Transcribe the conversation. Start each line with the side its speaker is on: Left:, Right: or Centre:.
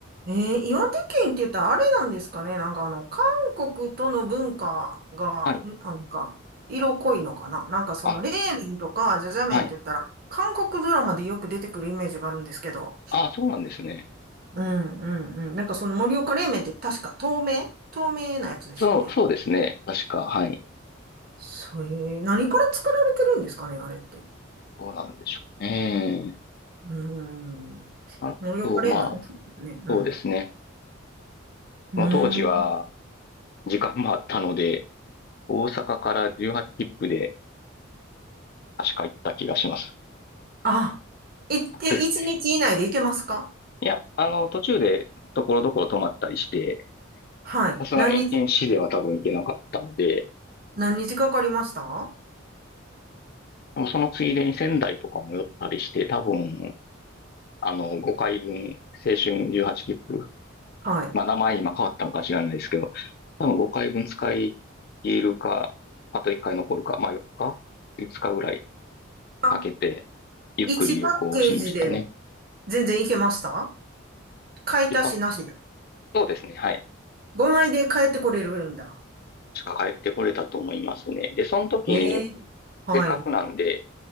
Right: えー、岩手県って言ったらあれなんですかね。なんかあの、韓国との文化が、
Left: はい。
Right: んなんか、色濃いのかな。なんかその、
Left: あ、
Right: 冷麺とか、じゃじゃ麺って言ったら、
Left: はい。
Right: 韓国ドラマでよく出てくるイメージがあるんですけど。
Left: あ、そうなんですね。
Right: うんうんうん。なんかその盛岡冷麺って確か透明透明なやつですよね。
Left: そう、そうですね。確か。はい。
Right: それ、何から作られてるんですかね、あれって。
Left: そうなんでしょう。ええ。
Right: うん。
Left: あと、
Right: 盛岡冷麺美味しいですね。
Left: まあ、
Right: うん。
Left: そうですね。
Right: うん。
Left: もう当時は時間もあったので、大阪から18切符で確か行った気がします。
Right: あ、いって、
Left: <laughs>
Right: え一日以内でいけますか
Left: いや、あの、途中でところどころ泊まったりして、
Right: はい。
Left: さすがに1日では多分行けなかったので、
Right: 何日何日かかりましたは
Left: でもそのついでに仙台とかも寄ったりして、多分あの、5回分、青春18切符。
Right: い。
Left: まあ、名前今変わったのか知らないですけど、多分5回分使い切るか、あと1回残るか、まあ4日 ?5 日ぐらい
Right: あ、
Left: かけて、ゆっくり旅行をしましたね。
Right: 1パッケージで全然いけました買い足しなしで。
Left: で、パそうですね、はい。
Right: 5枚で帰ってこれるんだ。
Left: 確か帰ってこれたと思いますね。で、その時に、
Right: ええはい。
Left: せっかくなんで、